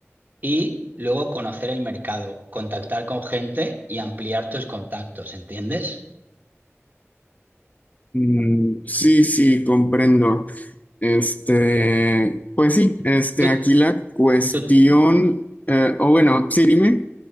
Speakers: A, on the right; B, on the left.
A: y luego conocer el mercado, contactar con gente y ampliar tus contactos, ¿entiendes?
B: Mm, sí, sí, comprendo. Este, pues sí, este,
A: ¿Tú,
B: aquí la cuestión,
A: tú,
B: eh, o bueno, sí, dime,